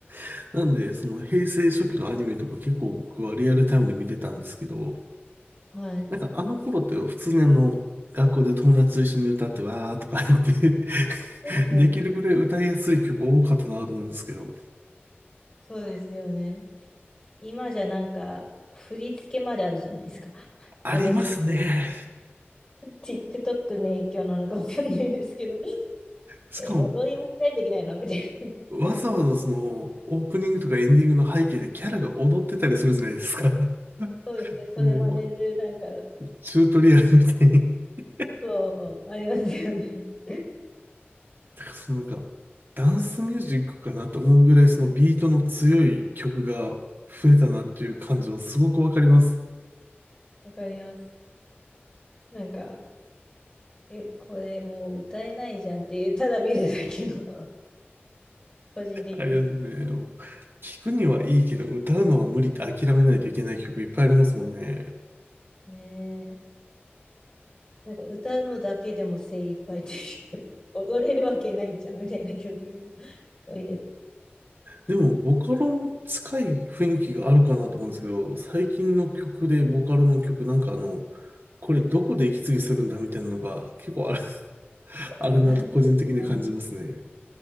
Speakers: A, on the right; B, on the left.
A: <laughs> なんで、その平成初期のアニメとか結構僕はリアルタイムで見てたんですけど、
B: はい。
A: なんかあの頃って普通にあの、学校で友達と一緒に歌ってわーとか <laughs> やって
B: そう
A: <laughs> できるぐらい歌いやすい曲多かったなと思うんですけど、
B: そうですよね。今じゃなんか、振り付けまであるじゃないですか。<laughs>
A: ありますね。
B: 踊りって。TikTok の影響なのかわかんないですけど、<laughs>
A: しかも
B: え、踊りもしないといけないのみたいな。<laughs>
A: わざわざその、オープニングとかエンディングの背景でキャラが踊ってたりするじゃないですか。<laughs>
B: そうですね。それ真似る、
A: もう、
B: なんか、
A: チュートリアルみたいに。<laughs>
B: そう、ありますよね。<laughs>
A: だからそのなんか、ダンスミュージックかなと思うぐらいそのビートの強い曲が増えたなっていう感じはすごくわかります。
B: わかります。なんか、え、これもう歌えないじゃんっていう、ただ見るだけの、<laughs> 個人的に。
A: ありがとうね。もう聞くにはいいけど、歌うのは無理って諦めないといけない曲いっぱいありますもんね。
B: ねえ。なんか歌うのだけでも精一杯っていう、<laughs> 踊れるわけないじゃんみたいな曲が多いです。
A: でも、ボカロも近い雰囲気があるかなと思うんですけど、最近の曲で、ボカロの曲、なんかあの、これどこで息継ぎするんだみたいなのが結構ある、<laughs> あるなと個人的に感じますね。
B: ありますね。